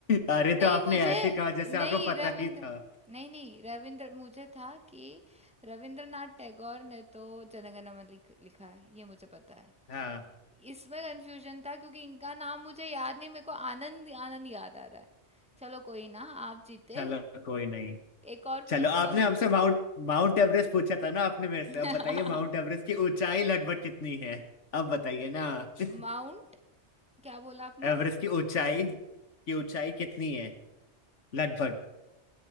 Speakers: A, on the left; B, in the centre.
A: अरे
B: नहीं
A: तो आपने
B: मुझे
A: ऐसे कहा जैसे
B: नहीं
A: आपको पता
B: रविंद्र
A: ही था
B: नहीं नहीं रविंद्र मुझे था कि रविंद्रनाथ टैगोर ने तो जनगण मन लिख, लिखा है ये मुझे पता है
A: हाँ,
B: इसमें कंफ्यूजन था क्योंकि इनका नाम मुझे याद नहीं मेरे को आनंद आनंद याद आ रहा है चलो कोई ना आप जीते
A: चलो कोई नहीं
B: एक और
A: चलो
B: पूछ
A: आपने
B: लो
A: हमसे माउंट माउंट एवरेस्ट पूछा था ना आपने मेरे से
B: <laughs>
A: अब बताइए माउंट एवरेस्ट की ऊंचाई लगभग कितनी है अब बताइए ना <laughs>
B: माउंट क्या बोला आपने
A: एवरेस्ट की ऊंचाई की ऊंचाई कितनी है लगभग